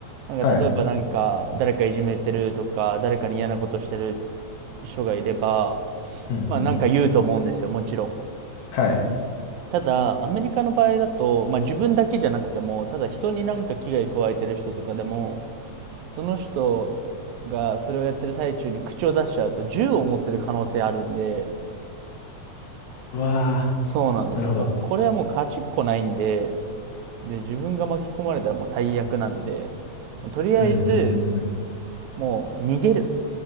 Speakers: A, on the right; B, on the left.
A: なんか例えばなんか、
B: はい。
A: 誰かいじめてるとか、誰かに嫌なことしてる人がいれば、
B: うん、
A: まあなんか言うと思うんですよ、
B: うん。
A: もちろん。
B: はい。
A: ただ、アメリカの場合だと、まあ、自分だけじゃなくても、ただ人になんか危害加えてる人とかでも、その人がそれをやってる最中に口を出しちゃうと、銃を持ってる可能性あるんで、
B: うわ
A: そうなんですよ。
B: ー。なるほど。
A: もうこれはもう勝ちっこないんで、で、自分が巻き込まれたらもう最悪なんで、とりあえず、
B: うん、うん、うん、うん。
A: もう逃げる。